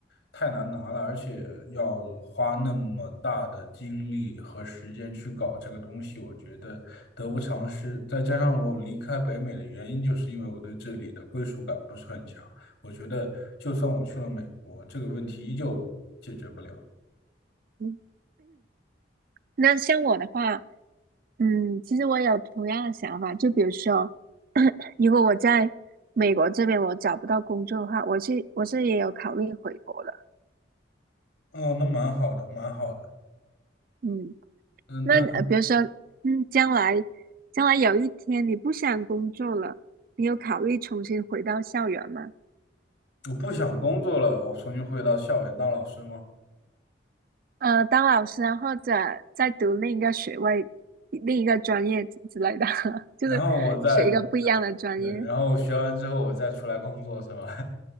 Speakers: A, on the left; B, on the right.
A: 太难拿了，而且要花那么大的精力和时间去搞这个东西，我觉得得不偿失。再加上我离开北美的原因，就是因为我对这里的归属感不是很强。我觉得就算我去了美国，这个问题依旧解决不了。
B: 嗯，那像我的话，嗯，其实我有同样的想法，就比如说，<coughs> <clears throat> 如果我在美国这边我找不到工作的话，我是我是也有考虑回国的，
A: 哦，那蛮好的，蛮好的。
B: 嗯。
A: 嗯，
B: 那呃，
A: 但
B: 比如说，嗯，将来将来有一天你不想工作了，你有考虑重新回到校园吗？
A: 我不想工作了，我重新回到校园当老师吗？
B: 呃，当老师啊，或者再读另一个学位、另一个专业之之类的，<laughs> 就是学一个不一样的专业，
A: 然后我再，对，然后学完之后我再出来工作是吗？<laughs>